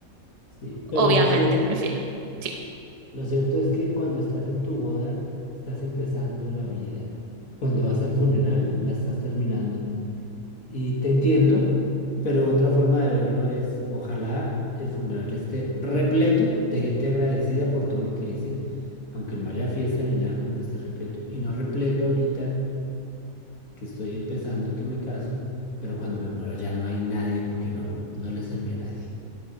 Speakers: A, on the left (about 75°); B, on the right (about 35°).
A: sí, pero
B: Obviamente
A: lo cierto,
B: prefiero. Sí.
A: lo cierto es que cuando estás en tu boda, estás empezando la vida. Cuando vas al funeral, la estás terminando. Y te entiendo, pero otra forma de verlo es, ojalá el funeral esté repleto de gente agradecida por todo lo que hice, aunque no haya fiesta ni nada, pero que esté repleto. Y no repleto ahorita, que estoy empezando, que me caso, pero cuando me muero ya no hay nadie porque no, no le serví a nadie.